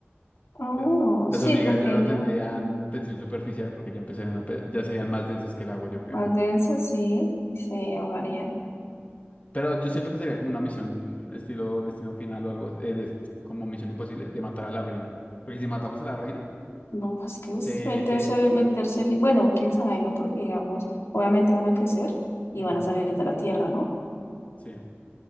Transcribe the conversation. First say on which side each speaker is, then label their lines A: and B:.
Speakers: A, on the left; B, on the left.
A: aún
B: Pero
A: no.
B: Las
A: Sí,
B: hormigas
A: porque
B: ya no
A: ya
B: tendrían tensión superficial porque ya empezarían a pe- ya serían más densas que el agua, yo creo.
A: más de eso sí se ahogarían.
B: Pero yo siento que sería como una misión estilo Destino Final o algo, eh, de- como Misión Imposible, de matar a la reina. Porque si matamos a la reina,
A: No, pues que
B: se,
A: es meterse,
B: se,
A: meterse, li- bueno, quién sabe, ¿no? Porque digamos, obviamente van a crecer y
B: ujú,
A: van a salir de la tierra, ¿no?
B: sí.